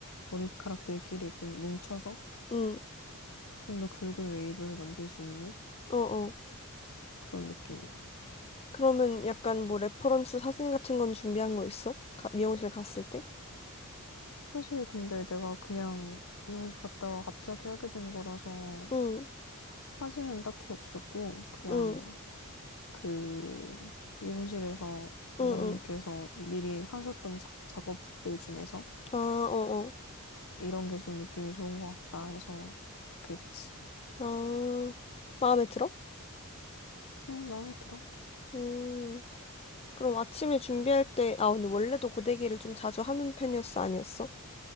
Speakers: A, on the left; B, on the left.
A: 머리카락들끼리 좀 뭉쳐서
B: 응,
A: 좀 더 굵은 웨이브를 만들 수 있는
B: 어어.
A: 그런 느낌이야.
B: 그러면 약간 뭐 레퍼런스 사진 같은 건 준비한 거 있어? 가, 미용실 갔을 때?
A: 사실 근데 내가 그냥 미용실 갔다가 갑자기 하게 된 거라서
B: 응,
A: 사진은 딱히 없었고, 그냥
B: 응,
A: 그 미용실에서 원장님께서
B: 응, 응.
A: 미리 하셨던 작, 작업들 중에서
B: 아, 어어.
A: 이런 게 좀 느낌이 좋은 것 같다 해서 그렇게 했지.
B: 아, 마음에 들어?
A: 음, 마음에 들어?
B: 음, 그럼 아침에 준비할 때, 아, 근데 원래도 고데기를 좀 자주 하는 편이었어, 아니었어?